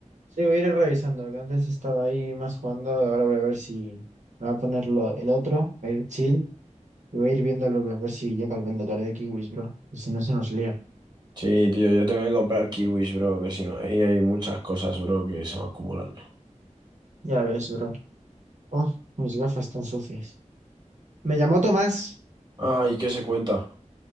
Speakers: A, on the right; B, on the right.
A: Sí, voy a ir revisando, que antes estaba ahí más jugando, ahora voy a ver si me voy a poner lo- el otro, voy a ir chill, y voy a ir viéndolo, a ver si llega el vendedor de Kiwis, bro. Y si no se nos lía.
B: Sí, tío, yo tengo que comprar kiwis, bro, que si no, ahí hay muchas cosas, bro, que se van acumulando.
A: Ya ves, bro. Oh, mis gafas están sucias. Me llamó Tomás.
B: Ah, ¿y qué se cuenta?